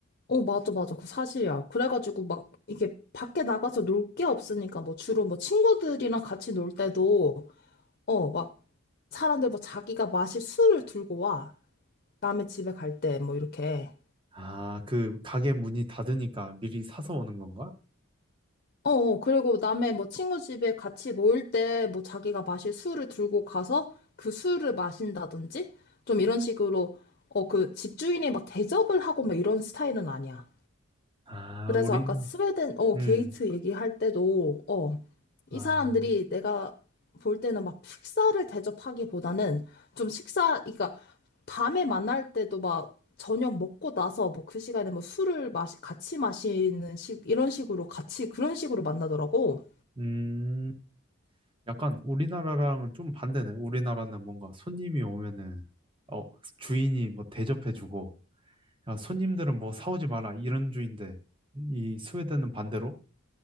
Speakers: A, on the left (about 45°); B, on the right (about 25°).
A: 어, 맞아, 맞아. 그 사실이야. 그래가지고 막 이게 밖에 나가서 놀 게 없으니까 뭐 주로 뭐 친구들이랑 같이 놀 때도 어, 막, 사람들 뭐 자기가 마실 술을 들고 와. 남의 집에 갈 때, 뭐, 이렇게.
B: 아, 그 가게 문이 닫으니까 미리 사서 오는 건가?
A: 어, 어, 그리고 남의 뭐 친구 집에 같이 모일 때, 뭐 자기가 마실 술을 들고 가서 그 술을 마신다든지? 좀 이런 식으로, 어, 그 집주인이 막 대접을 하고 막 이런 스타일은 아니야.
B: 아,
A: 그래서
B: 우리,
A: 아까 스웨덴, 어,
B: 음,
A: 게이트 얘기할 때도, 어, 이
B: 아,
A: 사람들이 내가 볼 때는 막 식사를 대접하기보다는 좀 식사, 그러니까 밤에 만날 때도 막 저녁 먹고 나서 뭐 그 시간에 뭐 술을 마시, 같이 마시는 식, 이런 식으로 같이 그런 식으로 만나더라고.
B: 음, 약간 우리나라랑은 좀 반대네. 우리나라는 뭔가 손님이 오면은, 어, 주인이 뭐 대접해주고, 야, 손님들은 뭐 사오지 마라, 이런 주인데, 이 스웨덴은 반대로,